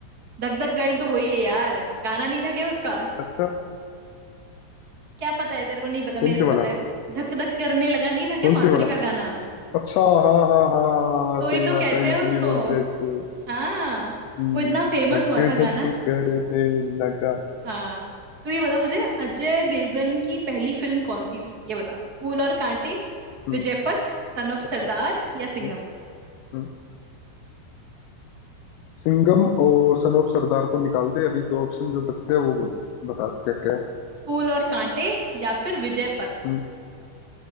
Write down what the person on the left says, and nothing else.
अच्छा
कौन
से वाला
कौन
से वाला
अच्छा हाँ हाँ हाँ हाँ हाँ, हाँ,
सही
बात
है
इसलिए
बोलते हैं इसको
हम्म,
धक
धक करने लगा
हम्म,
अच्छा
हम्म,
हम्म। सिंघम और सन ऑफ सरदार को निकाल दे अभी दो ऑप्शन जो बचते हैं वो बोल- बता क्या क्या है
हम्म,